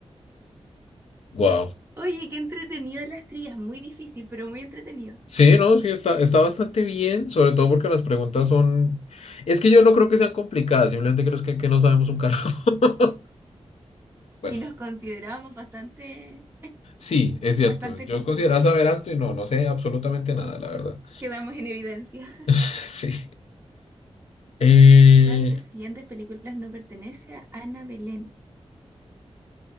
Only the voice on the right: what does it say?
Oye, qué entretenido las trillas, muy difícil, pero muy entretenido.
Y nos considerábamos bastante,
bastante
cultos.
Quedamos en evidencia.
¿Cuál de las siguientes películas no pertenece a Ana Belén?